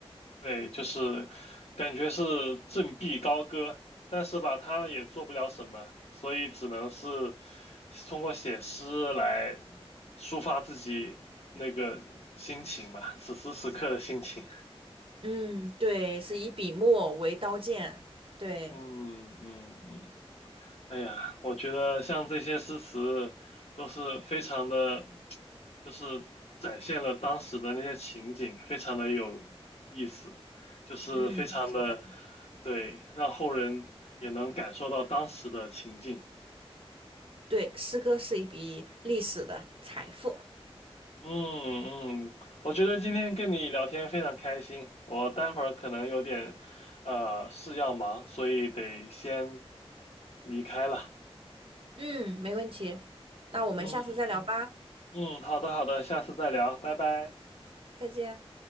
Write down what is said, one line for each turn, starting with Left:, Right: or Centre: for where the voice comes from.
Left: 对，就是感觉是振臂高歌，但是吧，他也做不了什么，所以只能是通过写诗来抒发自己那个心情吧，此时此刻的心情。
Right: 嗯，对，是以笔墨为刀剑，对，
Left: 嗯嗯嗯，哎呀，我觉得像这些诗词都是非常的，就是展现了当时的那些情景，非常的有意思，就是非常的，
Right: 嗯，是的，
Left: 对，让后人也能感受到当时的情境。
Right: 对，诗歌是一笔历史的财富，
Left: 嗯嗯，我觉得今天跟你聊天非常开心，我待会儿可能有点呃事要忙，所以得先离开了。
Right: 嗯，没问题，那我们下次再聊吧，
Left: 嗯嗯，好的好的，下次再聊，拜拜。
Right: 再见。